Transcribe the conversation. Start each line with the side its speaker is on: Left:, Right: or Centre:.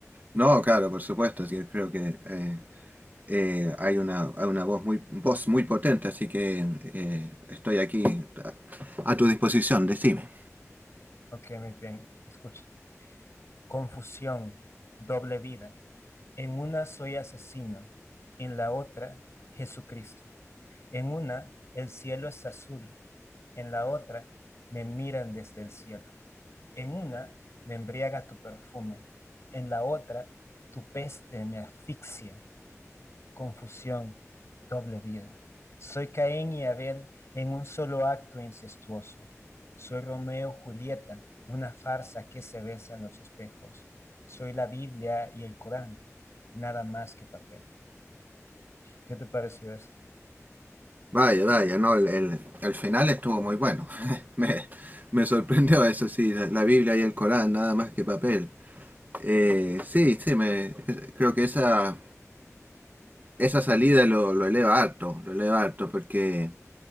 Right: No, claro, por supuesto, sí, creo que eh, eh, hay una, hay una voz muy, voz muy potente, así que eh, estoy aquí a, a tu disposición, decime.
Left: Ok, muy bien, escucha. Confusión, doble vida. En una soy asesino, en la otra Jesucristo. En una el cielo es azul, en la otra me miran desde el cielo. En una me embriaga tu perfume, en la otra tu peste me asfixia confusión, doble vida. Soy Caín y Abel en un solo acto incestuoso. Soy Romeo y Julieta, una farsa que se besa en los espejos. Soy la Biblia y el Corán, nada más que papel. ¿Qué te pareció eso?
Right: Vaya, vaya, no, el, el- el final estuvo muy bueno. <laughs> Me, me sorprendió eso, sí, la, la Biblia y el Corán, nada más que papel. Eh, sí, sí, me, creo que esa, esa salida lo, lo eleva harto, lo eleva harto, porque